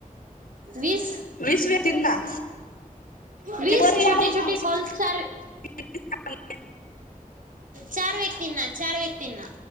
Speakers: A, on the right; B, on the left.
A: वीस!
B: वीस व्यक्तींना
A: वीस
B: ते बरं यायला
A: छोटे छोटे कॉल्स चार
B: <unintelligible>
A: चार व्यक्तींना, चार व्यक्तींना.